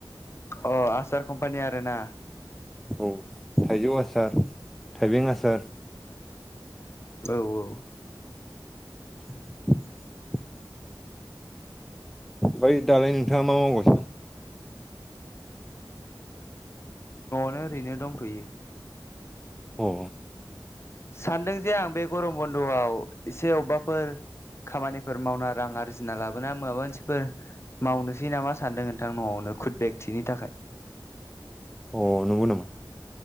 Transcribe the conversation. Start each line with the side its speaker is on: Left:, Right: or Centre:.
Left: अ आसार कम्पानि आरोना
Centre: औ थाइजौ आसार थाइबें आसार
Left: औ औ
Centre: <inaudible> ओै दालाय नोंथांङा मा मावगोन?
Left: नो ओरैनो दंथ'यो।
Centre: अ
Left: सानदों जे आं बे गरम बन्द'आव एसे अबेबाफोर खामानिफोर मावना रां आरजिना लाबोना माबा मोनसेफोर मावनोसै नामा सानदों नोंथां न'आवनो खुदबेकथिनि थाखाय
Centre: अ नंगौ नामा